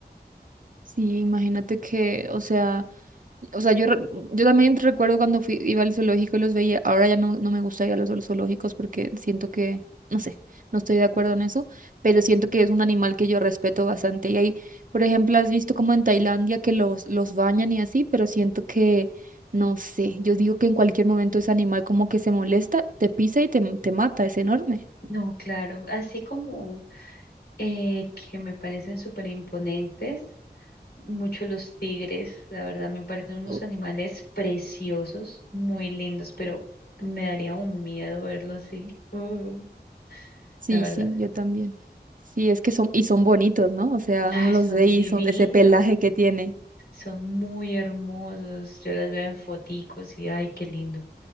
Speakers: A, on the right (about 50°); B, on the left (about 75°).
A: Sí, imagínate que, o sea... O sea, yo, re- yo también recuerdo cuando fui, iba al zoológico y los veía. Ahora ya no, no me gusta ir a los zool- zoológicos porque siento que, no sé, no estoy de acuerdo en eso, pero siento que es un animal que yo respeto bastante. Y ahí, por ejemplo, has visto como en Tailandia que los, los bañan y así, pero siento que, no sé, yo digo que en cualquier momento ese animal como que se molesta, te pisa y te, te mata, es enorme.
B: No, claro, así como eh, que me parecen súper imponentes, mucho los tigres, la verdad, me parecen unos
A: Oh,
B: animales preciosos, muy lindos, pero me daría un miedo verlos así, uh,
A: Sí,
B: la verdad.
A: sí, yo también. Sí, es que son, y son bonitos, ¿no? O sea,
B: Ay,
A: uno los
B: son
A: ve y
B: divinos.
A: son ese pelaje que tiene.
B: Son muy hermosos. Yo las veo en foticos y ay, qué lindo.